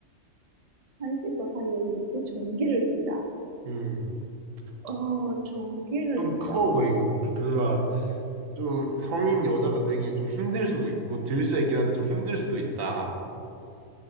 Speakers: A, on the right (about 45°); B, on the right (about 75°).
A: 한식과 관련이 있고 전기를 쓴다.
B: 응.
A: 어, 전기를
B: 좀
A: 쓴다.
B: 커, 그리고 뭔가 좀 성인 여자가 들기엔 좀 힘들 수도 있어. 뭐, 들 수 있긴 한데 좀 힘들 수도 있다.